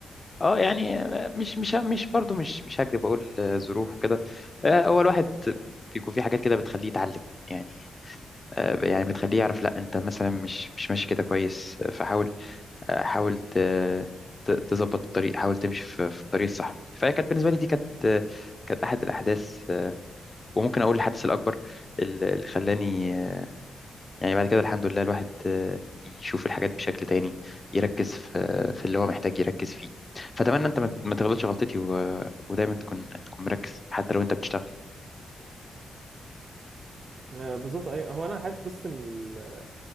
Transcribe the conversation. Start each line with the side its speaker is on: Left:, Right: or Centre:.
Left: اه يعني مش مش مش برضه مش مش هكدب اقول ظروف وكده آه، هو الواحد بيكون في حاجات كده بتخليه يتعلم يعني آه، يعني بتخليه يعرف لا انت مثلا مش مش ماشي كده كويس آه، فحاول آه، حاول ت- ت- تظبط الطريق حاول تمشي في في الطريق الصح فهي كانت بالنسبه لي دي كانت آه، كانت احد الاحداث آه، وممكن اقول الحدث الاكبر اللي اللي خلاني آه، يعني بعد كده الحمد لله الواحد آه، يشوف الحاجات بشكل تاني يركز في في اللي هو محتاج يركز فيه فأتمنى أنت ما ما تغلطش غلطتي و... ودايما تكون تكون مركز حتى لو أنت بتشتغل
Right: آه، بالظبط ايوه هو انا حاسس بس ان ال-